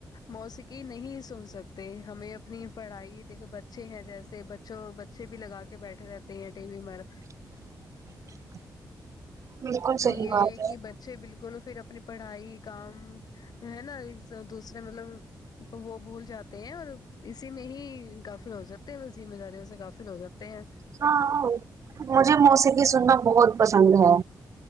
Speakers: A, on the left (about 60°); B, on the right (about 45°).
A: موسیکی نہیں سن سکتے تے ہمیں اپنی پڑھائی دیکھے بچے ہیں جیسے بچوں بچے بھی لگا کے بیٹھے رہتے ہیں ٹی وی مر
B: <inaudible> بالکل صحیح
A: تو یے
B: بات
A: ہے کی بچے بالکل فیر اپنی پڑھائی کام ہے نا دوسرے مطلب تو وہ بھول جاتے ہیں اور اسی میں ہی گافل ہو جاتے ہیں ذمہ داریوں سے گافل ہو جاتے ہیں
B: ہاں مجھے موسیکی سننا بہت پسند ہے